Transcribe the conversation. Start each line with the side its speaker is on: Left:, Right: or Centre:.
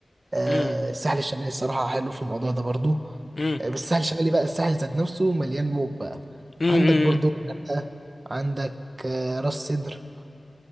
Right: آه،
Left: امم
Right: الساحل الشمالي الصراحة حلو في الموضوع ده برضو
Left: امم
Right: آه، بس الساحل الشمالي بقى الساحل ذات نفسه مليان موج بقى
Left: امم
Right: عندك برضو الغردقة عندك آه، راس سدر